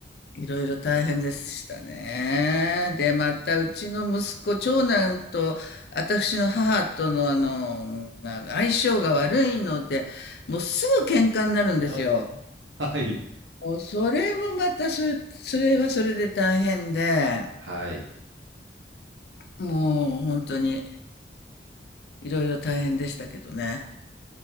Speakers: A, on the left; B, on the right.
A: いろいろ大変でしたね。
B: ーう
A: で、また、うちの息子、長男と、私の母との、あの、相性が悪いので、もうすぐ喧嘩になるんですよ。
B: ん <laughs> はい。
A: もうそれもまたそれ、それはそれで大変で、
B: はい。
A: もう本当にいろいろ大変でしたけどね。